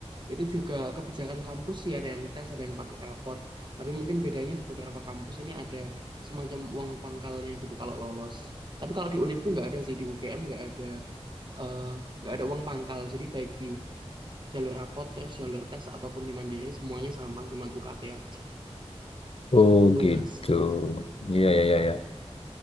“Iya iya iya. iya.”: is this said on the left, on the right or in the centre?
Left